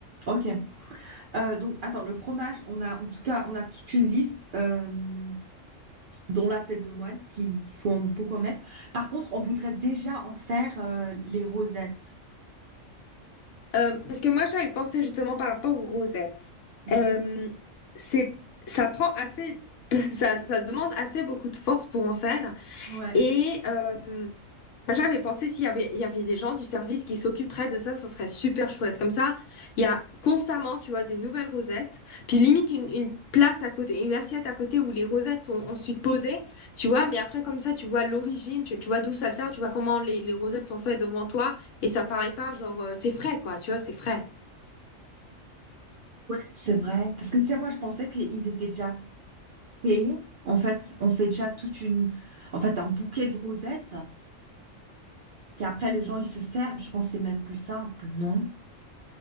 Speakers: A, on the right; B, on the left.
A: Ok. Euh, donc, attends, le fromage, on a, en tout cas, on a toute une liste. Euh, dans la tête de moine, qu'il faut en- beaucoup en mettre. Par contre, on voudrait déjà en faire euh, les rosettes.
B: Euh, parce que moi j'avais pensé justement par rapport aux rosettes
A: Mhm.
B: Euh, c'est ça prend assez <laughs> ça, ça demande assez beaucoup de force pour en faire
A: Ouais,
B: et euh, Enfin, J'avais pensé s'il y avait, il y avait des gens du service qui s'occuperaient de ça, ça serait super chouette. Comme ça, il y a constamment, tu vois, des nouvelles rosettes, puis limite une, une place à côté, une assiette à côté où les rosettes sont ensuite posées, tu vois, mais après, comme ça, tu vois l'origine, tu, tu vois d'où ça vient, tu vois comment les, les rosettes sont faites devant toi, et ça paraît pas genre, euh, c'est frais, quoi, tu vois, c'est frais.
A: c'est vrai. Parce que tu sais, moi, je pensais qu'ils étaient déjà payés. En fait, on fait déjà toute une, en fait, un bouquet de rosettes qu'après les gens ils se servent. Je pense que c'est même plus simple, non?